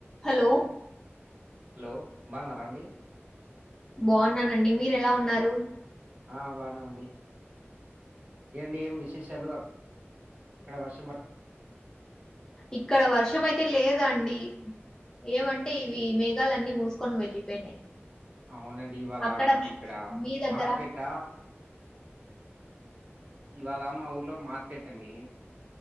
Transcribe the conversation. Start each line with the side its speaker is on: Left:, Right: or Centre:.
Left: Hello
Right: hello బాన్నారా అండి
Left: బాగున్నానండి మీరు ఎలా ఉన్నారు
Right: ఆ బాగున్నామండి ఏండి ఏం విశేషాలు అక్కడ వర్షం ప
Left: ఇక్కడ వర్షం అయితే లేదండి ఏమంటే ఇవి మేఘాలన్నీ మూసుకొని వెళ్ళిపోయినాయి
Right: అవునండి ఇవాళ
Left: అక్కడ
Right: మాకి ఇక్కడ
Left: మీ దగ్గర
Right: మార్కెట్ట ఇవాళ మా ఊర్లో మార్కెట్ అండి